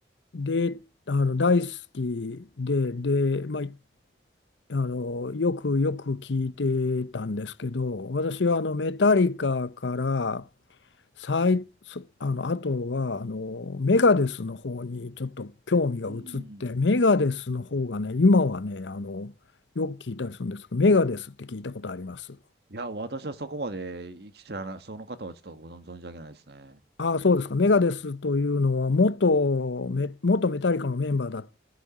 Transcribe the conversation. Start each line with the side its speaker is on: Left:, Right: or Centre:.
Left: で、あの大好きで、で、まあ、あのよくよく聞いてたんですけど、私はあのメタリカから最、そあの、あとはあのメガデスの方にちょっと興味が移って、
Right: うん。
Left: メガデスの方がね、今はね、あのよく聞いたりするんですけど、メガデスって聞いたことあります。
Right: いや、私はそこまで知らない、その方はちょっとご存存じ上げないですね。
Left: ああ、そうですか。メガデスというのは元メ、
Right: うん。
Left: 元メタリカのメンバーだっ